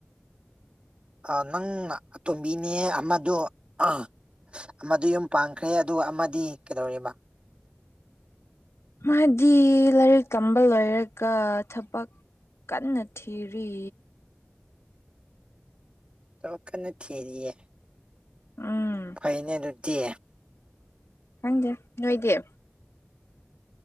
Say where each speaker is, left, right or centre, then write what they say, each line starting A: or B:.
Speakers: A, on the right (about 25°); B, on the left (about 75°).
A: ꯑꯥ ꯅꯪꯅ ꯑꯇꯣꯝꯕꯤꯅꯦ ꯑꯃꯗꯣ ꯑꯥ ꯑꯃꯥꯗꯨ ꯌꯨꯝ ꯄꯥꯟꯈ꯭ꯔꯦ ꯑꯗꯨꯒ ꯑꯃꯥꯗꯤ ꯀꯩꯗꯧꯔꯤꯕ
B: ꯃꯥꯗꯤ ꯂꯥꯏꯔꯤꯛ ꯇꯝꯕ ꯂꯣꯏꯔꯒ ꯊꯕꯛ ꯀꯟꯅ ꯊꯤꯔꯤ
A: ꯇꯧ ꯀꯟꯅ ꯊꯤꯔꯤꯌꯦ
B: ꯎꯝ
A: ꯐꯩꯅꯦ ꯑꯗꯨꯗꯤ
B: ꯈꯪꯗꯦ ꯅꯣꯏꯗꯤ